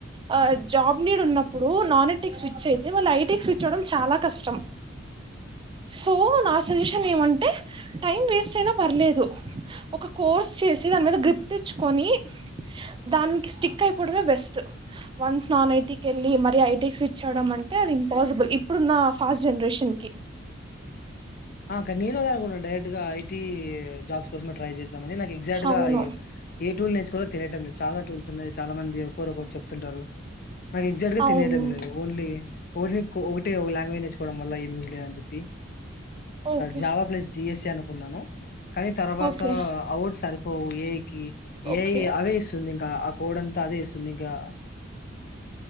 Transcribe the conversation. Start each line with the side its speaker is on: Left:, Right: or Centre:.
Right: ఆ జాబ్ నీడ్ ఉన్నప్పుడు నాన్ ఐటికి స్విచ్ అయితే, మళ్ళీ ఐటికి స్విచ్ అవ్వడం చాలా కష్టం. సో నా సశిష న్ ఏమంటే టైమ్ వేస్ టైనా పర్లేదు ఒక కోర్స్ చేసి దాని మీద గ్రిప్ తెచ్చుకొని దానికి స్టిక్ అయిపోవడమే బెస్ట్. వన్స్ నాన్ ఐటీకి వెళ్ళి మరి ఐటీ స్విచ్ అవ్వడం అంటే అది ఇంపాసిబుల్ ఇప్పుడున్న ఫాస్ట్ జనరేషన్కి.
Left: ఆ అక్క నేను అదే అనుకున్న డైరెక్ట్ గా ఐ టీ జాబ్స్ కోసమే ట్రై చేద్ దాం అని నాకు ఎగ్జాక్ట్
Right: అవును
Left: గా ఏ టూల్ నేర్చుకోవాలో తెలియటం లేదు చాలా టూల్స్ ఉన్నాయి. చాలా మంది ఒకరు ఒకరు చెప్తుంటారు. నాకు ఎగ్జాక్ట్ గా
Right: అవును
Left: తెలియడం లేదు. ఓన్లీ ఒకటిని ఒకటే ఒక లాంగ్వేజ్ నేర్చుకోవడం వల్ల ఏం యూస్ లేదని చెప్పి
Right: ఓకే
Left: జావా ప్లస్ డిఎస్ ది అనుకున్నాను కానీ తర్వాత
Right: ఓకే
Left: అవుట్ సరి పోవు ఏఐకి
Right: ఓకే
Left: ఏఐ అవే ఇస్తుంది. ఆ కోడ్ అంతా అదేస్తుందిగా